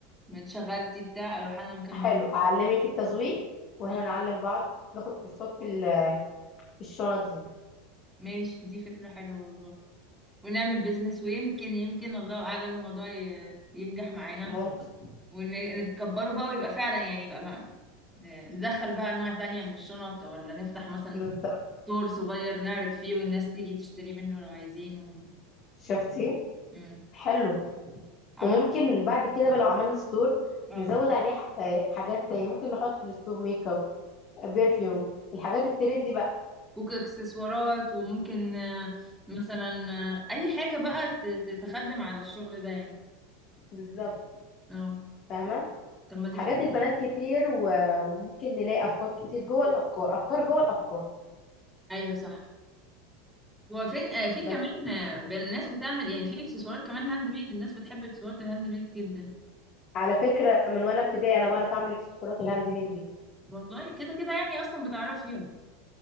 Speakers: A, in the centre; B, on the left.
A: ما اتشغلتي بتاع اروح انا مكملة
B: حلو اعلمك التسويق واحنا
A: آه،
B: نعلم بعض ناخد كورسات في ال- في الشنط دي
A: ماشي دي فكرة حلوة والله ونعمل بيزنس ويمكن يمكن الله اعلم الموضوع ي- ينجح معانا
B: ممكن
A: ونكبره بقى ويبقى فعلا يعني يبقى ما آه، ندخل بقى انواع تانية من الشنط ولا نفتح مثلا
B: بالظبط
A: دور صغير نعرض فيه والناس تيجي تشتري منه لو عايزين و...
B: شفتي
A: مم.
B: حلو
A: عملنا
B: وممكن بعد كده بقى لو عملنا ستور
A: اه
B: نزود عليه ح- آه، حاجات تانية ممكن نحط في الستور ميك اب بيرفيوم الحاجات الترندي بقى
A: وكاكسسوارات وممكن آه، مثلا آه، اي حاجة بقى ت- ت- تخدم على الشغل ده يعني
B: بالظبط
A: اه
B: فاهمة
A: طب ما دي
B: حاجات
A: فكرة
B: البنات كتير و- وممكن نلاقي أفكار كتير جوه الأفكار أفكار جوه الأفكار
A: ايوه صح هو فين آه، في
B: بس
A: كمان آه، ب- الناس بتعمل يعني في اكسسوارات كمان هاند ميد الناس بتحب اكسسوارات الهاند ميد جدا
B: على فكرة من وأنا ابتدائي أنا بعرف أعمل إكسسوارات الهاند ميد دي
A: والله كده كده يعني اصلا بتعرفيها